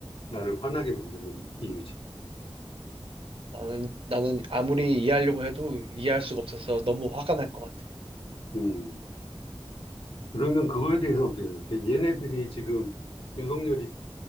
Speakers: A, on the left; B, on the right.
A: 나를 화나게 만드는 이유지.
B: 나는, 나는 아무리 이해하려고 해도 이해할 수가 없어서 너무 화가 날 것 같아.
A: 음. 그러면 그거에 대해서 어떻게 생각해? 얘네들이 지금 윤석열이